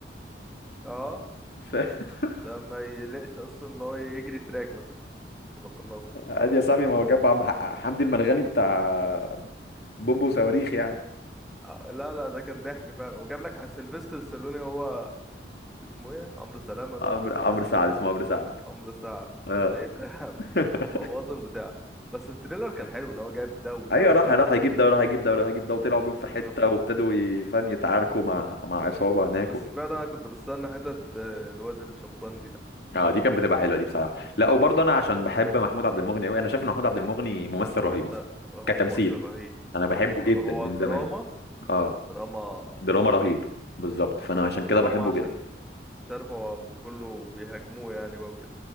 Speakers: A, in the centre; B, on the left (about 60°).
A: آه،
B: ف- <laughs>
A: ده ما يلاقيش اصلا ان هو يجري تراك مثلا تبقى قناص
B: عادي يا صاحبي ما هو جاب عم- حمدي المرغني بتاع بومب وصواريخ يعني
A: آه لا لا ده كان ضحك فعلا وجاب لك سيلفستر ستالوني هو اسمه ايه عمرو سلامة ده
B: عمرو
A: ولا
B: عمرو
A: لا اسمه
B: سعد
A: ايه
B: اسمه عمرو سعد
A: عمرو سعد
B: اه
A: ده ايه ده يا عم
B: <laughs>
A: بوظ البتاع بس التريلر كان حلو ان هو جايب ده وده
B: ايوه
A: وده
B: راح راح
A: وده
B: يجيب
A: فعلا
B: ده وراح يجيب ده وراح يجيب ده وطلعوا بيهم في
A: بالظبط
B: حته وابتدوا ي- فاهم يتعاركوا مع مع عصابه هناك
A: بس
B: وكده
A: فعلا انا كنت بستنى حتة آه، الواد الشمبانزي ده
B: اه دي كانت بتبقى حلوه دي بصراحه لا وبرضه
A: يا
B: انا عشان بحب محمود عبد المغني قوي انا شايف ان محمود عبد المغني ممثل رهيب اصلا
A: آه، هو
B: كتمثيل
A: ممثل رهيب
B: انا بحبه
A: رهيب
B: جدا
A: آه، هو
B: من
A: دراما
B: زمان اه
A: دراما
B: دراما
A: مميت
B: رهيب بالظبط فانا عشان
A: بس
B: كده بحبه
A: هم عشان
B: جدا
A: مش عارف هو م- كله بيهاجموه يعني بقى وكده